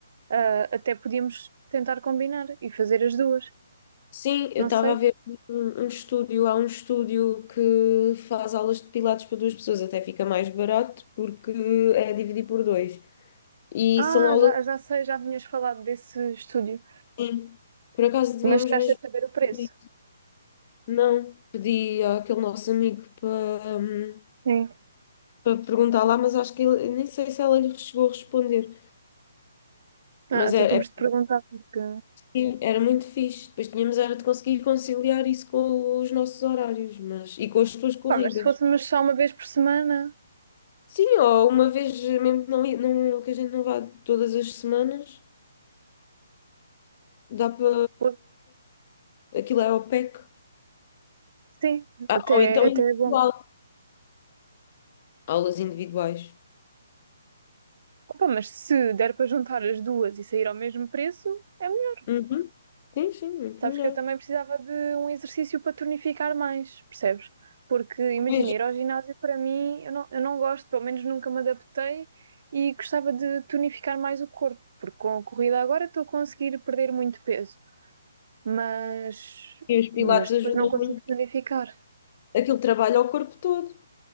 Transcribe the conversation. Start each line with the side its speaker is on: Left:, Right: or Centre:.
Right: Ah, até podíamos tentar combinar e fazer as duas.
Left: Sim, eu
Right: Não
Left: estava
Right: sei.
Left: a ver um, um estúdio, há um estúdio que faz aulas de pilates para duas pessoas, até fica mais barato porque é dividir por dois. E
Right: Ah,
Left: são aulas,
Right: já, já sei, já vinhas falado desse estúdio.
Left: sim. Por acaso devíamos
Right: Mas chegaste
Left: mesmo
Right: a saber o preço.
Left: pedir. Não, pedi àquele nosso amigo para, hum,
Right: Sim.
Left: para perguntar lá, mas acho que ele, nem sei se ela lhe chegou a responder.
Right: Ah,
Left: Mas
Right: então
Left: é,
Right: temos de perguntar porque
Left: é- era muito fixe. Depois tínhamos era de conseguir conciliar isso com os nossos horários, mas e com as tuas corridas.
Right: Pá, mas se fôssemos só uma vez por semana,
Left: Sim, ou uma vez, mesmo não, i- não, que a gente não vá todas as semanas, dá para.
Right: pô,
Left: Aquilo é ao PEC.
Right: sim,
Left: Ah,
Right: até,
Left: ou então
Right: até
Left: individual.
Right: é bom.
Left: Aulas individuais.
Right: Opa, mas se der para juntar as duas e sair ao mesmo preço, é melhor.
Left: Uhum. Sim, sim, muito
Right: Sabes
Left: melhor.
Right: que eu também precisava de um exercício para tonificar mais, percebes? Porque imagina,
Left: Pois,
Right: ir ao ginásio para mim, eu não, eu não gosto, pelo menos nunca me adaptei e gostava de tonificar mais o corpo, porque com a corrida agora estou a conseguir perder muito peso, mas,
Left: e os pilates
Right: mas depois
Left: ajudam
Right: não consigo
Left: muito.
Right: tonificar.
Left: Aquilo trabalha o corpo todo.